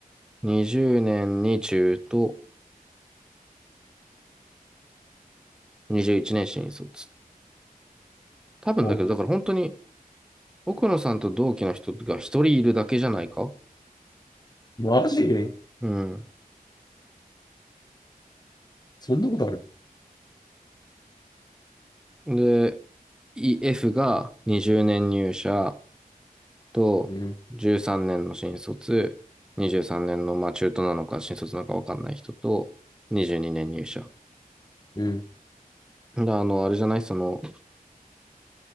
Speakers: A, in the centre; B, on the left (about 25°).
A: 20年に中と、21年新卒。多分だけど、
B: こ
A: だから本当に奥野さんと同期の人が一人いるだけじゃないか
B: う、マジ
A: うん。
B: そんなことある
A: で、E- F が20年入社と13年の新卒、
B: うん。
A: 23年の、まあ中途なのか新卒なのかわかんない人と、22年入社。
B: うん。
A: で、あの、あれじゃないその、